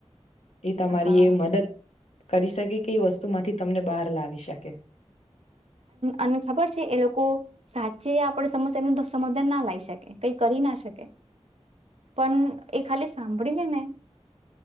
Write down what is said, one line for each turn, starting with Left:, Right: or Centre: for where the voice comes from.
Left: એ તમારી
Right: હા
Left: એ મદદ કરી શકે કે એ વસ્તુ માંથી તમને બહાર લાવી શકે. <inaudible>
Right: અને ખબર છે એ લોકો સાચે આપણે સમ એનું સમધાન ના લાવ શકે કઈ કરી ના શકે પણ એ ખાલી સાંભળી લે ને.